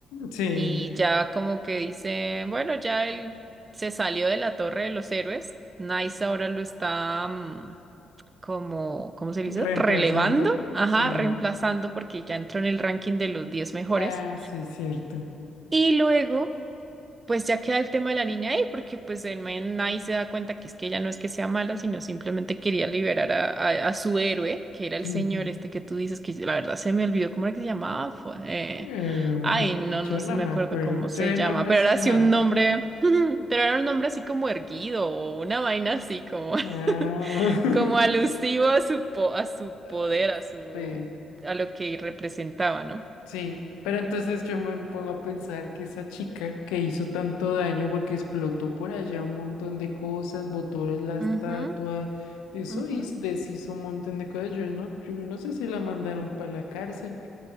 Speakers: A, on the left; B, on the right.
A: sí.
B: Y ya como que dice, bueno, ya él se salió de la Torre de los Héroes. Nice ahora lo está mm, como, ¿cómo se dice?
A: ¿Reemplazando?
B: Relevando, ajá,
A: Sí.
B: reemplazando porque ya entró en el ranking de los 10 mejores.
A: Ah, sí, cierto.
B: Y luego pues ya queda el tema de la niña ahí, porque pues el man ahí se da cuenta que es que ella no es que sea mala, sino simplemente quería liberar a, a- a su héroe, que era el
A: <laughs>
B: señor este que tú dices, que la verdad se me olvidó cómo era que se llamaba. Fue, eh,
A: Eh,
B: ay, no,
A: yo
B: no se
A: no
B: me
A: me
B: acuerdo
A: acuerdo.
B: cómo se
A: Yo de
B: llama,
A: nombres
B: pero
A: soy
B: era así
A: malo.
B: un nombre, <laughs> pero era un nombre así como erguido o una vaina así como, <laughs>
A: Ah, <laughs>
B: como alusivo a su, po- a su
A: ay,
B: poder, a su,
A: sí,
B: a lo que representaba, ¿no?
A: sí. Pero entonces yo me pongo a pensar que esa chica que hizo tanto daño porque explotó por allá un montón de cosas, botó la estatua,
B: Ujú,
A: eso
B: ujú.
A: hiz- deshizo un montón de cosas. Yo no, yo no sé si la mandaron para la cárcel.